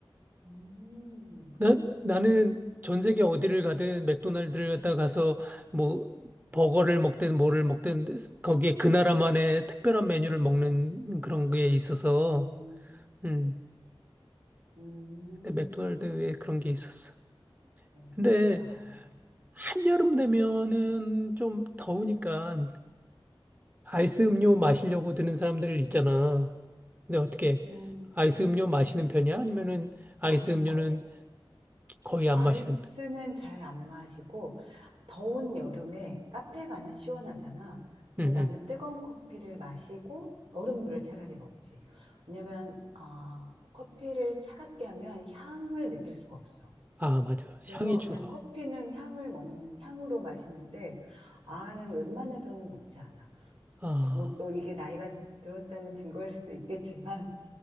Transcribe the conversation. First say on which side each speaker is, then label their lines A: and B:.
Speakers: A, on the right; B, on the right.
A: 음,
B: 나, 나는 전 세계 어디를 가든 맥도날드를 갔다 가서 뭐 버거를 먹든 뭐를 먹든 거기에 그 나라만의 특별한 메뉴를 먹는 그런 게 있어서,
A: 음.
B: 음,
A: 음,
B: 근데 맥도날드에 그런 게 있었어.
A: 어,
B: 근데
A: 그렇구나.
B: 한여름 되면은 좀 더우니까 아이스 음료 마시려고 드는 사람들 있잖아. 근데 어떻게
A: 음,
B: 아이스 음료 마시는 편이야? 아니면은 아이스
A: 나는
B: 음료는
A: 컵,
B: 거의 안
A: 아이스는
B: 마시는 편?
A: 잘 안 마시고, 더운 여름에 카페 가면 시원하잖아. 그리고
B: 응,
A: 나는 뜨거운 커피를 마시고, 얼음물을 차라리 먹지. 왜냐면, 아, 커피를 차갑게 하면 향을 느낄 수가 없어.
B: 아, 맞아.
A: 그래서
B: 향이 죽어.
A: 난 커피는 향을 먹는, 향으로 마시는데, 아는 웬만해서는 먹지 않아.
B: 아,
A: 뭐 또 이게 나이가 들었다는 증거일 수도 있겠지만,